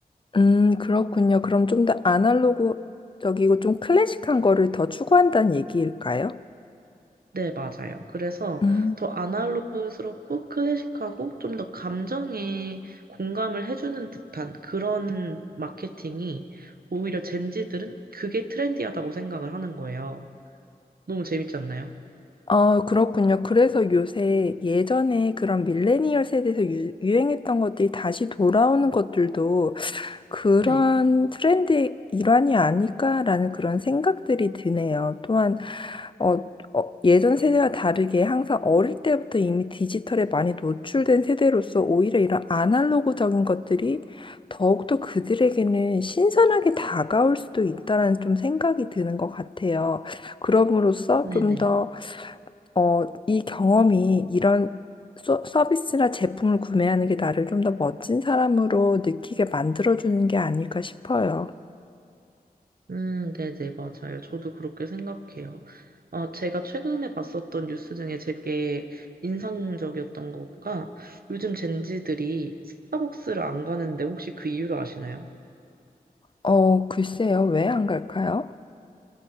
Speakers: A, on the left; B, on the right.
A: 음, 그렇군요. 그럼 좀 더 아날로그적이고 좀 클래식한 거를 더 추구한다는 얘기일까요?
B: 네, 맞아요. 그래서
A: 음.
B: 더 아날로그스럽고 클래식하고 좀 더 감정에 공감을 해주는 듯한 그런 마케팅이 오히려 젠지들은 그게 트렌디하다고 생각을 하는 거예요. 너무 재밌지 않나요?
A: 아, 그렇군요. 그래서 요새 예전에 그런 밀레니얼 세대에서 유, 유행했던 것들이 다시 돌아오는 것들도 그런
B: 네,
A: 트렌드의 일환이 아닐까라는 그런 생각들이 드네요. 또한 어, 어, 예전 세대와 다르게 항상 어릴 때부터 이미 디지털에 많이 노출된 세대로서 오히려 이런 아날로그적인 것들이 더욱더 그들에게는 신선하게 다가올 수도 있다라는 좀 생각이 드는 것 같아요. 그럼으로써
B: 네네.
A: 좀더 어, 이 경험이 이런 서, 서비스나 제품을 구매하는 게 나를 좀 더 멋진 사람으로 느끼게 만들어주는 게 아닐까 싶어요.
B: 음, 네네, 맞아요. 저도 그렇게 생각해요. 어, 제가 최근에 봤었던 뉴스 중에 되게 인상적이었던 거가 요즘 젠지들이 스타벅스를 안 가는데 혹시 그 이유를 아시나요?
A: 어, 글쎄요. 왜 안 갈까요?